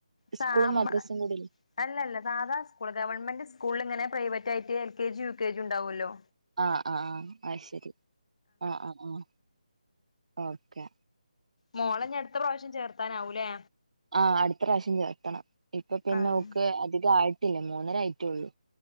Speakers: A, on the left; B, on the right.
A: സാമാ
B: സ്കൂളും മദ്രസും കൂടില്ലേ
A: അല്ലല്ല സാധാ സ്കൂള് ഗവൺമെന്റ് സ്കൂളിൽ ഇങ്ങനെ പ്രൈവറ്റ് ആയിട്ട് L K G U K G ഉണ്ടാവുല്ലോ
B: ആഹ് ആഹ് ആഹ് ആ ശരി ആഹ് ആഹ് ആഹ് ഓക്കെ
A: മോളന്നെ അടുത്ത പ്രാവശ്യം ചേർത്താനാവൂലേ
B: ആഹഹ് അടുത്ത പ്രാവശ്യം ചേർത്തണം ഇപ്പൊ പിന്നെ
A: ആഹ്
B: ഓക്ക് അധികം ആയിട്ടില്ല മൂന്നര ആയിട്ടള്ളൂ